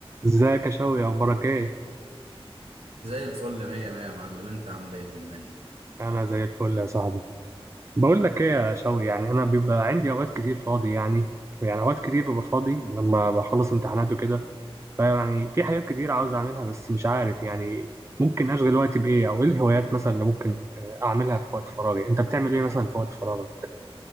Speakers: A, on the right; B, on the right.
A: ازيك يا شوقي اخبارك ايه
B: زي الفل مية مية يا معلم انت عامل ايه طمني
A: انا زي الفل يا صاحبي بقول لك ايه يا شوقي يعني انا بيبقى عندي اوقات كتير فاضي يعني يعني اوقات كتير ببقى فاضي لما بخلص امتحانات وكده فيعني في حاجات كتير عاوز اعملها بس مش عارف يعني ممكن اشغل وقتي بايه او ايه الهوايات مثلا اللي ممكن آه، اعملها في وقت فراغي انت بتعمل ايه مثلا في وقت فراغك